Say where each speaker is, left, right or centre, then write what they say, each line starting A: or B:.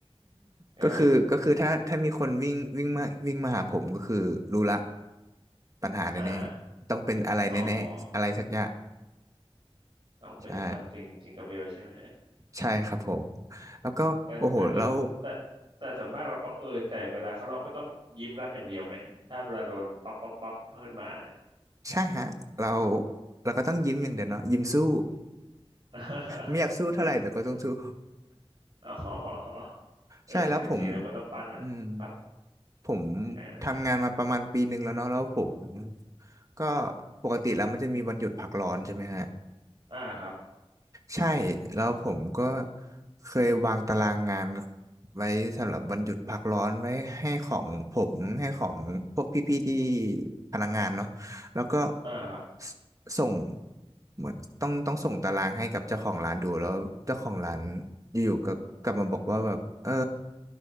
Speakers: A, on the right (about 50°); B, on the right (about 35°).
A: ใช่ไหม
B: ก็คือก็คือถ้าถ้ามีคนวิ่งวิ่งมาวิ่งมาหาผมก็คือรู้ละปัญหาแน่ๆต้องเป็นอะไรแน่ๆอะไรสักอย่าง
A: อ่าอ๋อ ต้องเป็น
B: ใช่
A: something จิงก e เบลใช่ไหม
B: ใช่ครับผมแล้วก็โอ้โหเรา
A: <laughs> แต่แต่แต่แต่แต่ส่วนมากเราก็เออแต่เวลาเขาเราก็ต้องยิ้มรับอย่างเดียวไหมถ้าเวลาโดนปั๊บปั๊บปั๊บขึ้นมาเนี่ย
B: ใช่ฮะเราเราก็ต้องยิ้มอย่างเดียวเนาะยิ้มสู้
A: <laughs>
B: <laughs> ไม่อยากสู้เท่าไหร่แต่ก็ต้องสู้
A: อ๋อเออแต่ก็จริงนะมันต้องปั้นอ่ะครับ
B: ใช่แล้วผมอืมผม
A: ยังไงนะครับ
B: ทำงานมาประมาณปีหนึ่งแล้วเนาะแล้วผมก็ปกติแล้วมันจะมีวันหยุดพักร้อนใช่ไหมฮะ
A: อ่าครับ
B: ใช่แล้วผมก็เคยวางตารางงานไว้สำหรับวันหยุดพักร้อนไว้ให้ของผมให้ของพวกพี่ๆที่พนักงานเนาะแล้วก็
A: อ่าครับ
B: สส่งเหมือนต้องต้องส่งตารางให้กับเจ้าของร้านดูแล้วเจ้าของร้านอยู่ๆก็กลับมาบอกว่าแบบเออ